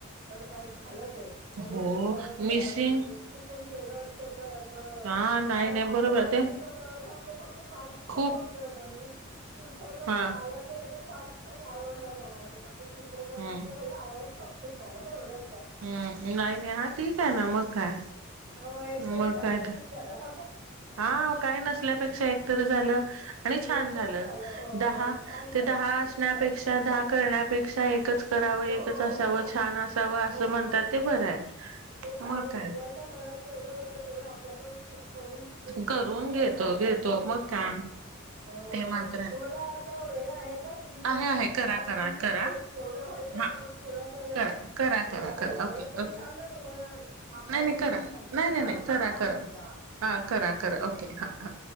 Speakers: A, on the right; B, on the right.
A: का झा त्या
B: हो
A: म्हट बर म्हणजे
B: मिसिंग
A: चुून गेल. क तर असं.
B: हा नाही
A: कारण
B: नाही
A: हा
B: बरोबर
A: प्रवास
B: ते
A: आणि तो प्रवासामध्ये फक्त फार दिवसाच
B: खूप
A: अंतर होता म्हण शुद्थर.
B: हा
A: अलग अलग. पाच दिवसांनी आरवंड ला जाणारते म्हणजे शिवतरगड
B: हम्म
A: झालं आरावड सक्सेस झाला एवढं.
B: हम्म नाही नाही हा ठीक आहे ना मग काय
A: हो एकतरी
B: मग
A: झालं
B: काय
A: खूप झालं.
B: हा काय नसल्यापेक्षा एकतरी झालं. आणि
A: एक
B: छान झालं
A: तरी हो
B: दहा
A: छान झालं
B: ते दहा
A: छान
B: असण्यापेक्षा
A: झालं खरंच छान झालं
B: दहा करण्यापेक्षा एक. एकच करावं
A: हो
B: एकच
A: हो
B: असावं
A: हो
B: छान असावं असं
A: हो
B: म्हणतात ते बरं आहे.
A: ते झालं
B: मग काय
A: देवाच्या मनात जेवढं होतं तेवढं आपल्याकडचत. करून घेतलं
B: करून
A: देवाने
B: घेतो
A: असं म्हणायचं
B: घेतो
A: हो
B: मग काय
A: हो
B: ते मात्र आहे
A: तुम्हाला. वेळ आहे का तुम्ही पण
B: आहे आहे
A: आता
B: करा
A: हात
B: करा
A: ांबून
B: करा
A: परत जेवढं होईल.
B: हा.
A: जेवढ
B: करा करा करा करा
A: होईल तेवढ
B: ओके
A: तुम्ही
B: ओके
A: सांगा तुम्हाला थां
B: नाही
A: म्हणून
B: नाही करा
A: सांगा नर
B: नाही नाही
A: आ.
B: नाही
A: आ्
B: करा
A: थांबवत्या.
B: करा हा करा करा ओके हा हा